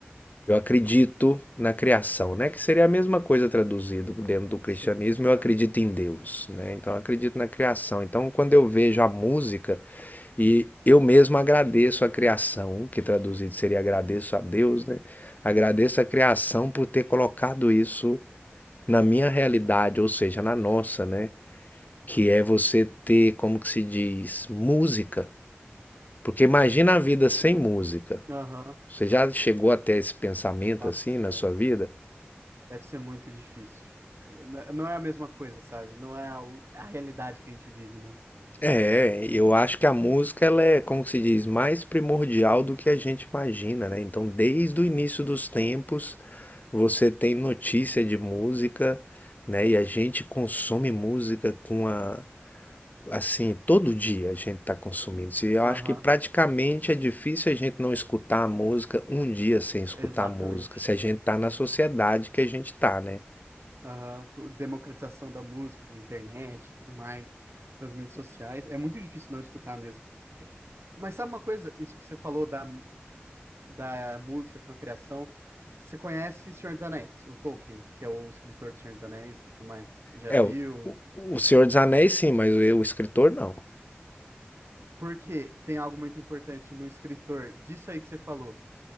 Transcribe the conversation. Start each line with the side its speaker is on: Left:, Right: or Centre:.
Left: Eu acredito na criação, né? Que seria a mesma coisa traduzido dentro do cristianismo,
Right: sim.
Left: eu
Right: É.
Left: acredito em Deus, né? Então eu acredito na criação. Então quando eu vejo a música e eu mesmo agradeço a criação, que traduzido seria agradeço a Deus, né? Agradeço a criação por ter colocado isso na minha realidade, ou seja, na nossa, né? Que é você ter, como que se diz, música. Porque imagina a vida sem música.
Right: Aham,
Left: Você já chegou até esse pensamento
Right: Nossa
Left: assim
Right: Senhora.
Left: na sua vida?
Right: Deve ser muito difícil. É, n- Não é a mesma coisa, sabe? Não é a, o- a realidade que a gente vive, né?
Left: É, eu acho que a música ela é, como que se diz, mais primordial do que a gente imagina, né? Então, desde o início dos tempos, você tem notícia de música, né? E a gente consome música com a, assim, todo dia a gente está consumindo. Se eu
Right: Aham,
Left: acho que praticamente é difícil a gente não escutar a música um dia sem escutar
Right: exatamente.
Left: a música, se a gente tá na sociedade que a gente tá, né?
Right: Aham, co- democratização da música pela internet e tudo mais, pelas mídias sociais. É muito difícil não escutar mesmo. Mas sabe uma coisa? Isso que você falou da, da música com a criação. Você conhece Senhor dos Anéis, o Tolkien, que é o escritor do Senhor dos Anéis e tudo mais. Já
Left: É,
Right: viu?
Left: o, o o Senhor dos Anéis sim, mas o, o escritor não.
Right: Porque tem algo muito importante no escritor disso aí que você falou.